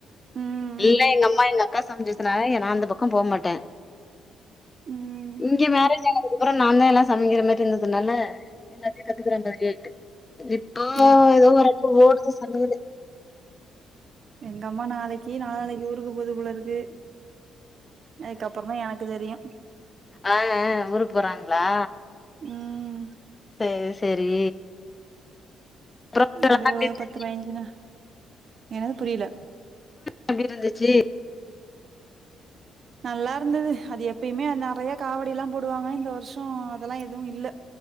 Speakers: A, on the right; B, on the left.
A: ம் ம்
B: எல்லா எங்க அம்மா எங்க அக்கா சமைஞ்சதுனால நா அந்த பக்கம் போமாட்டே
A: ம்
B: இங்க மேரேஜ் ஆனதுக் கப்புற நா தா எல்லா சமைக்கிற மாரி இருந்ததுனால எல்லாத்தையு கத்துக்குற மாதிரி இப்போ
A: எ
B: ஏதோ ஓரளவுக்கு ஓடுது சமையலு
A: எங்கம்மா நாளைக்கு நாலான்னைக்கு ஊருக்கு போதுபோல இருக்கு அதுக்குப்புற தா எனக்கு தெரியு
B: அ ஆ ஊருக்கு போறாங்களா
A: ம்
B: சேரி சேரி அப்புறம் எல்லாம்
A: அது
B: பேச்சு
A: பத்து பயஞ்சுதா என்னது புரியல
B: நம்பிகிட்டு இருந்துச்சு
A: நல்லா இருந்தது அது எப்பயுமே நெறைய காவடி எல்லா போடுவாங்க இந்த வருஷ அதெல்லா எதுவு இல்ல